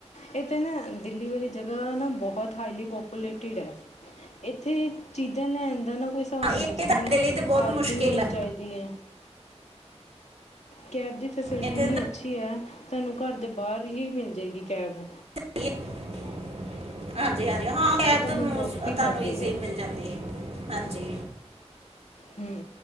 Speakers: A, on the left; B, on the right.
A: ਇਹ ਤਾਂ ਨਾ ਦਿੱਲੀ ਵਾਲੀ ਜਗ੍ਹਾ ਨਾ ਬਹੁਤ ਹਾਈਲੀ ਪਪੂਲੇਟਿਡ ਹੈ ਇੱਥੇ ਚੀਜ਼ਾਂ ਲੈਣ ਦਾ ਨਾ ਕੋਈ ਹਾਬ
B: ਇਹ
A: ਨਹੀਂ ਜਿੱਦਾ
B: ਤੁਹਾਡੇ
A: ਹੁਣ
B: ਲਈ ਤੇ ਬਹੁਤ
A: ਪਾਰਕਿੰਗ
B: ਮੁਸ਼ਕਿਲ
A: ਹੋਣੀ
B: ਹੈ
A: ਚਾਹੀਦੀ ਹੈ। ਕੈਬ ਦੀ ਫੈਸਿਲਿਟੀ
B: ਇੱਥੇ
A: ਇੰਨੀ
B: ਤਾਂ
A: ਅੱਛੀ ਹੈ, ਤੁਹਾਨੂੰ ਘਰ ਦੇ ਬਾਹਰ ਹੀ ਮਿਲ ਜਾਵੇਗੀ ਕੈਬ।
B: <unintelligible> ਹਾਂਜੀ-ਹਾਂਜੀ ਹਾਂ, ਕਬ
A: ਔਰ
B: ਤੁਹਾਨੂੰ
A: ਡਰੋਪ ਵੀ ਕਰ ਦੇਗੀ
B: ਮਿਲ ਜਾਂਦੀ ਹਾਂਜੀ।
A: ਹਮ